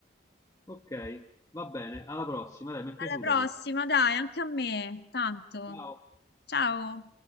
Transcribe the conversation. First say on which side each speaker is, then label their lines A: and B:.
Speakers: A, on the left; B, on the left.
A: Ok, va bene, alla prossima, dai, mi è
B: Alla
A: piaciuta
B: prossima,
A: questa.
B: dai, anche a me, tanto.
A: Ciao.
B: Ciao.